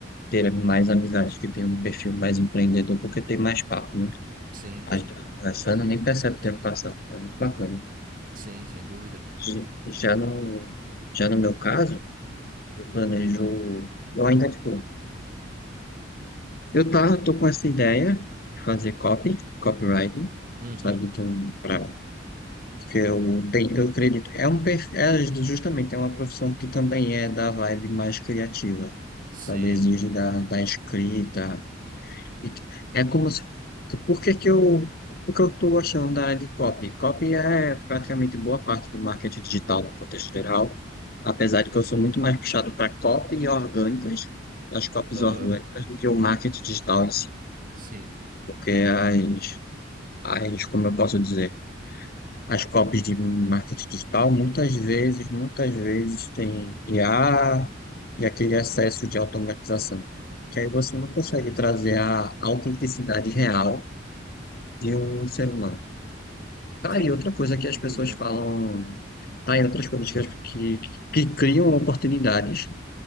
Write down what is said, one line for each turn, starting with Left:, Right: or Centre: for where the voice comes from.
Left: ter mais amizades que tem um perfil mais empreendedor, porque tem mais papo, né?
Right: Sim,
Left: A
Right: sim.
Left: gente tá conversando, nem percebe o tempo passando. É muito bacana.
Right: Sim, sem dúvida.
Left: J- Já no, já no meu caso, eu planejo, eu ainda, tipo, eu tá, tô com essa ideia de fazer copy, copywriting,
Right: Uhum.
Left: sabe, então, pra, porque eu tenho, eu acredito, é um, perfil- é justamente, é uma profissão que também é da vibe mais criativa,
Right: Sim.
Left: sabe, exige da, da escrita, E t- É como se... Por que que eu... Por que eu estou gostando da área de copy? Copy é praticamente boa parte do marketing digital no contexto geral, apesar de que eu sou muito mais puxado para copy orgânicas, as copies
Right: Aham.
Left: orgânicas, do que o marketing digital em si.
Right: Sim.
Left: Porque as, as, como eu posso dizer, as copies de marketing digital muitas vezes, muitas vezes tem IA e aquele excesso de automatização. Que aí você não consegue trazer a autenticidade real e o ser humano. Tá
Right: Sem,
Left: aí outra coisa que
Right: sem
Left: as pessoas
Right: dúvida.
Left: falam, tá aí outras coisas que, as- que, que criam oportunidades